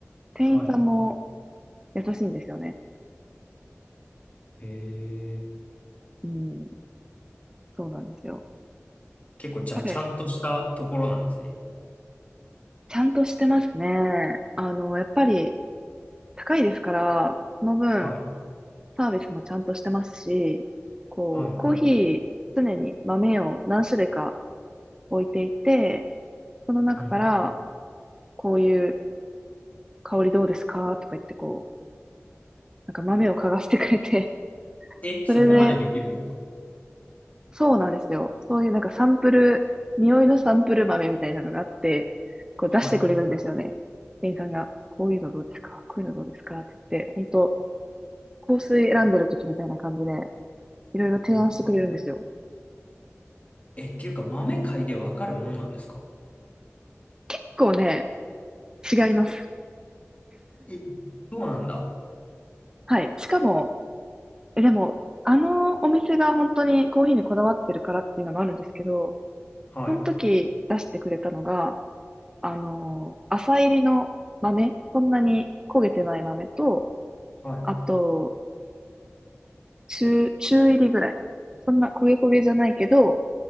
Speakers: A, on the right (about 15°); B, on the left (about 30°).
A: 店員さんも
B: はい。
A: 優しいんですよね。
B: へえ、
A: うん、そうなんですよ。
B: 結構じゃあ、
A: カフェ、
B: ちゃんとしたところなんですね。
A: ちゃんとしてますね。あの、やっぱり高いですから、その分、
B: はい。
A: サービスもちゃんとしてますし、こう、
B: はい。はい。
A: コーヒー、常に豆を何種類か置いていて、その中から、
B: うん。
A: こういう香りどうですかとか言ってこう、なんか豆を嗅がしてくれて、<laughs>
B: え、そこまでできるんですか
A: それで、そうなんですよ。そういうなんかサンプル、匂いのサンプル豆みたいなのがあって、こう出してくれるんですよね。
B: はい。
A: 店員さんが、こういうのどうですかこういうのどうですかって言って、本当香水選んでる時みたいな感じで、いろいろ提案してくれるんですよ。
B: うんえ、っていうか、豆買いでわかるもんなんですか
A: 結構ね、違います。
B: えそうなんだ。
A: はい。しかも、え、でも、あのお店が本当にコーヒーにこだわってるからっていうのもあるんですけど、
B: はい。
A: その時出してくれたのが、あの、浅入りの豆、そんなに焦げてない豆と、
B: はい。
A: あと、中、中入りぐらい。そんな焦げ焦げじゃないけど、